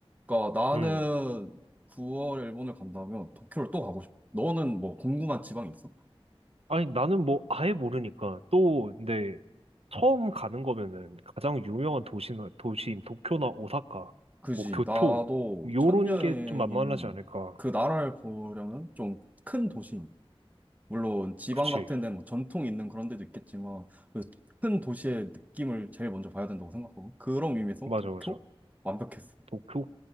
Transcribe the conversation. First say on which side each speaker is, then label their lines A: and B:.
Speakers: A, on the right; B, on the right.
A: 그러니까 나는
B: 음.
A: 9월 일본을 간다면 도쿄를 또 가고 싶어. 너는 뭐 궁금한 지방 있어?
B: 아니 나는 뭐 아예 모르니까 또 근데 처음 가는 거면은 가장 유명한 도시나 도시인 도쿄나 오사카,
A: 그지.
B: 뭐 교토
A: 나도
B: 요런
A: 첫 여행인
B: 게 좀 만만하지 않을까.
A: 그 나라를 보려면 좀 큰 도시, 물론 지방
B: 그치?
A: 같은 데는 뭐 전통 있는 그런 데도 있겠지만, 그 큰 도시의 느낌을 제일 먼저 봐야 된다고 생각하고, 그런 의미에서
B: 맞아
A: 도쿄?
B: 맞아.
A: 완벽했어.
B: 도쿄?